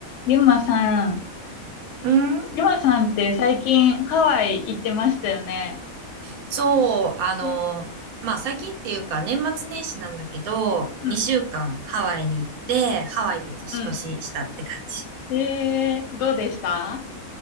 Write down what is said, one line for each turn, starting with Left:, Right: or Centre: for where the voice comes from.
Left: ゆまさん、
Right: うん、
Left: ゆまさんって最近ハワイ行ってましたよね。
Right: そう、あの、
Left: うん、
Right: まあ、最近っていうか、年末年始なんだけど、
Left: うん、
Right: 2週間ハワイに行って、ハワイで年越ししたって感じ。
Left: うん。うんえー、どうでした